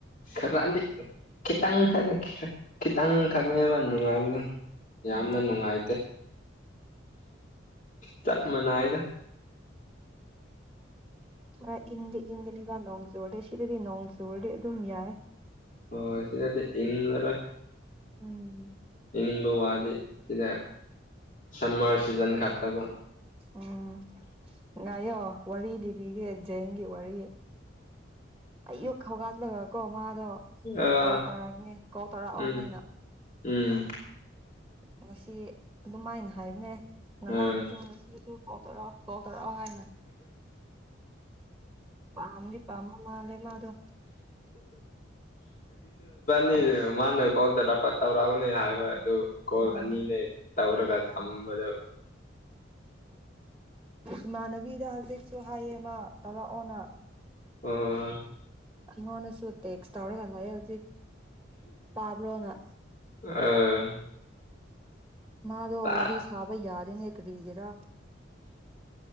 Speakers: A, on the left (about 40°); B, in the centre.
A: ꯈꯔꯗꯤ ꯈꯤꯇꯪ ꯈꯛ ꯈꯔ ꯈꯤꯇꯪ ꯈꯛꯅꯦꯕ ꯅꯨꯡꯉꯥꯏꯕ ꯌꯥꯝꯅ
B: ꯎꯝ
A: ꯅꯨꯡꯉꯥꯏꯇꯦ ꯆ ꯃꯅꯥꯑꯗ
B: ꯑ ꯏꯪꯗꯤ ꯏꯪꯒꯤꯅꯤꯒ ꯅꯣꯡ ꯆꯨꯔꯗꯤꯦ ꯁꯤꯗꯗꯤ ꯅꯣꯡ ꯆꯨꯔꯗꯤ ꯑꯗꯨꯝ ꯌꯥꯏ
A: ꯍ ꯁꯤꯗꯗ ꯏꯔ
B: ꯎꯝ
A: ꯏꯪꯕ ꯋꯥꯗꯤ ꯁꯤꯗ ꯁꯝꯃꯔ ꯁꯤꯖꯟ ꯈꯛ ꯇꯃꯛ
B: ꯎꯝ ꯉꯥꯏꯌꯣ ꯋꯥꯔꯤ ꯂꯤꯕꯤꯒꯦ ꯖꯦꯡꯒꯤ ꯋꯥꯔꯤ ꯑꯌꯨꯛ ꯍꯧꯒꯠꯂꯒꯀꯣ ꯃꯥꯗꯣ
A: ꯑꯥ
B: ꯀꯣꯜ ꯇꯧꯔꯛꯄꯅꯦ ꯀꯣꯜ ꯇꯧꯔꯛꯑꯣ
A: ꯎꯝ
B: ꯍꯥꯏꯅ
A: ꯎꯝ
B: ꯉꯁꯤ ꯑꯗꯨꯝꯥꯏꯅ ꯍꯥꯏꯕꯅꯦ ꯉꯔꯥꯡꯁꯨ
A: ꯑꯥ
B: ꯉꯁꯤꯁꯨ ꯀꯥꯎꯊꯔꯛꯑꯣ ꯀꯥꯎꯊꯔꯛꯑꯣ ꯍꯥꯏꯅ ꯄꯥꯝꯗꯤ ꯄꯥꯝꯃ ꯃꯥ ꯂꯩꯦꯃ ꯑꯗꯣ
A: ꯅꯤ ꯃꯥꯅ ꯀꯣ ꯇꯄ ꯇꯔꯒ ꯍꯥꯏꯕ ꯑꯗꯨ ꯀꯣꯜ
B: ꯎꯝ
A: ꯑꯅꯤꯅꯦ ꯇꯧꯔꯒ ꯊꯝꯕꯗꯣ
B: ꯑꯃꯅꯕꯤ ꯅꯥꯒꯔꯤꯛꯁꯨ ꯍꯥꯏꯌꯦ ꯃꯥ ꯇꯧꯔꯛꯑꯣꯅ
A: ꯑ
B: ꯑꯩꯉꯣꯟꯗꯁꯨ ꯇꯦꯛꯁ ꯇꯧꯔꯒ ꯂꯥꯛꯑꯦ ꯍꯧꯖꯤꯛ ꯇꯥꯕ꯭ꯔꯣꯅ
A: ꯑꯥ
B: ꯃꯥꯗ ꯋꯥꯔꯤ
A: ꯇꯥꯠ
B: ꯋꯥꯔꯤ ꯁꯥꯕꯩ ꯌꯥꯗꯅꯦ ꯀꯒꯔꯥ